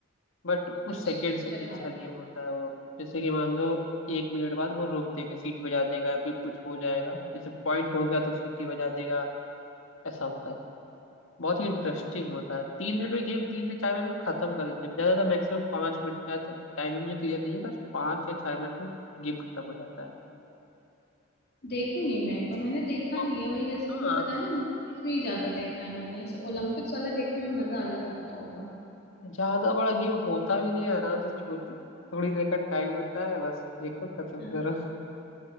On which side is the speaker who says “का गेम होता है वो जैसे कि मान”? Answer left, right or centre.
Left